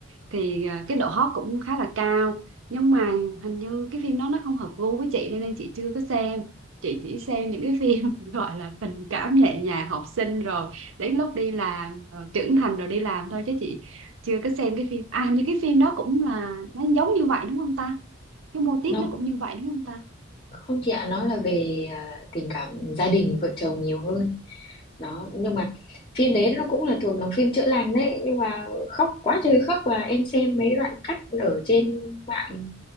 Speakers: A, on the right (about 85°); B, on the left (about 30°).
A: thì à, cái độ hot cũng khá là cao nhưng mà hình như cái phim đó nó không hợp gu với chị nên, nên chị chưa có xem chị chỉ xem những cái phim <laughs> gọi là tình cảm nhẹ nhàng học sinh rồi đến lúc đi làm rồi trưởng thành rồi đi làm thôi chứ chị chưa có xem cái phim à hình như cái phim đó cũng là nó giống như vậy đúng không ta cái mô típ
B: Nó
A: nó cũng như vậy đúng không ta
B: không chị ạ nó là về à, tình cảm gia đình vợ chồng nhiều hơn đó nhưng mà phim đấy nó cũng là thuộc dòng phim chữa lành đấy nhưng mà khóc quá trời khóc và em xem mấy đoạn cắt ở trên mạng